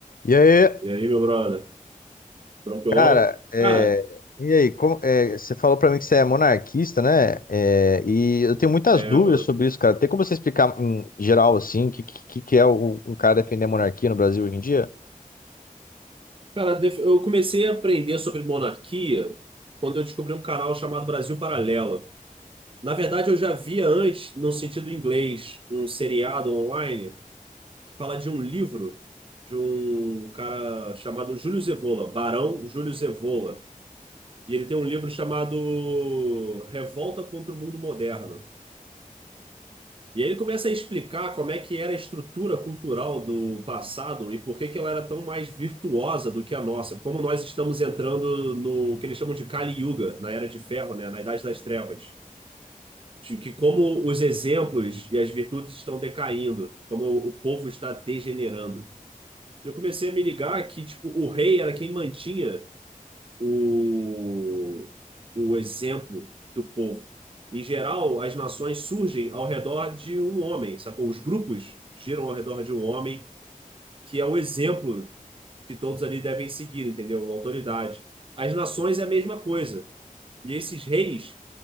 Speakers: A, on the left; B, on the right.
A: E aí,
B: E aí, meu brother? Tranquilão?
A: cara, é,
B: Cara,
A: e aí, como, é, você falou pra mim que você é monarquista, né? É, e eu tenho muitas
B: é,
A: dúvidas
B: mano.
A: sobre isso, cara. Tem como você explicar em geral, assim, o que, que, que é o, um cara defender a monarquia no Brasil hoje em dia?
B: Cara, def- eu comecei a aprender sobre monarquia quando eu descobri um canal chamado Brasil Paralelo. Na verdade, eu já via antes, no sentido inglês, um seriado online que fala de um livro de um cara chamado Júlio Zevola, Barão Júlio Zevola. E ele tem um livro chamado Revolta contra o Mundo Moderno. E aí ele começa a explicar como é que era a estrutura cultural do passado e por que que ela era tão mais virtuosa do que a nossa. Como nós estamos entrando no que eles chamam de Kali Yuga, na Era de Ferro, né? Na Idade das Trevas. De Que como os exemplos e as virtudes estão decaindo, como o povo está degenerando. Eu comecei a me ligar que tipo, o rei era quem mantinha o, o exemplo do povo. Em geral, as nações surgem ao redor de um homem, sacou? Os grupos giram ao redor de um homem, que é o exemplo que todos ali devem seguir, entendeu? Uma autoridade. As nações é a mesma coisa. E esses reis,